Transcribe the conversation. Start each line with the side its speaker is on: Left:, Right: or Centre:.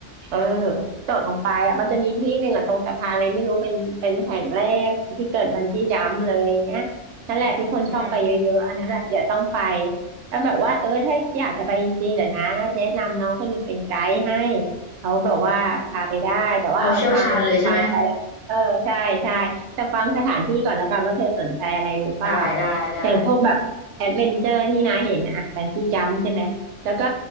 Right: เออโดดลงไปอ่ะมันจะมีที่หนึ่งอ่ะตรงสะพานอะไรไม่รู้เป็นเป็นแห่งแรกที่เกิดบันจี้จัมป์เลยเนี้ยนั่นแหละที่คนชอบไปเยอะๆอันนั้นอ่ะเดี๋ยวต้องไป
Left: อืม
Right: แล้วแบบว่าเออถ้าอยากจะไปจริงๆเดี๋ยวนะแนะนำน้องคนหนึ่งเป็นไกด์ให้ เขาแบบว่าพาไปได้แต่ว่าเอาฟังฟังอะไรเออใช่ใช่แต่ฟังสถานที่ก่อนแล้วกันว่าเธอสนใจอะไรหรือเปล่านะอย่างพวกแบบแอดเวนเจอร์ที่น้าเห็นนะอ่ะแฟนซีจัมใช่ไหมแล้วก็
Left: เอาเชี่ยวชาญเลยใช่ไหมได้ได้ได้